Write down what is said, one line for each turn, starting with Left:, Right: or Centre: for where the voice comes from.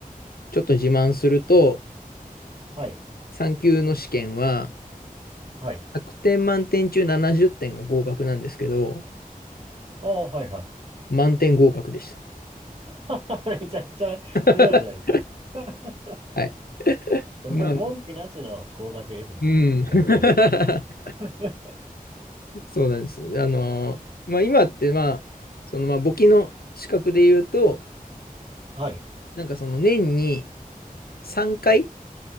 Left: ちょっと自慢すると、
Right: はい、
Left: 3級の試験は
Right: はい。
Left: 100点満点中70点が合格なんですけど、
Right: おー、はいはい。
Left: 満点合格でした。
Right: <laughs> めちゃくちゃすごいじゃないですか。
Left: <laughs>
Right: <laughs>
Left: はい。
Right: これもう文句なしの合格ですね、
Left: まあ、
Right: ほんとね、
Left: うん。<laughs>
Right: それって。<laughs>
Left: そうなんです。あのまあ、今って、まあ、その、まあ、簿記の資格で言うと、
Right: はい。
Left: なんかその年に3回